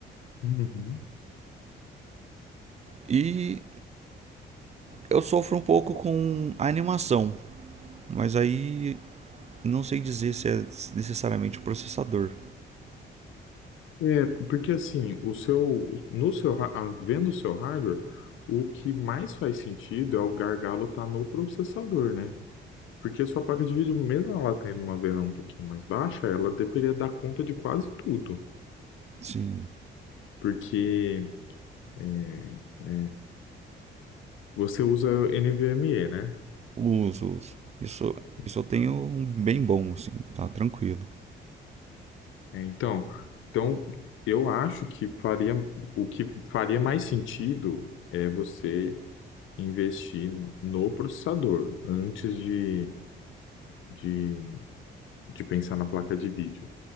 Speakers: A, on the left; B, on the right.
A: Uhum.
B: E eu sofro um pouco com a animação. Mas aí não sei dizer se é necessariamente o processador.
A: É, porque assim, o seu, no seu, ra- ah, vendo o seu hardware, o que mais faz sentido é o gargalo estar no processador, né? Porque a sua placa de vídeo, mesmo ela tendo uma VRAM um pouquinho mais baixa, ela deveria dar conta de quase tudo.
B: Sim,
A: Porque é, é, você usa NVMe, né?
B: uso, uso. Isso, isso
A: Então,
B: eu tenho um bem bom, assim, tá tranquilo.
A: É, então, então, eu acho que faria, o que faria mais sentido é você investir no processador antes de de, de pensar na placa de vídeo.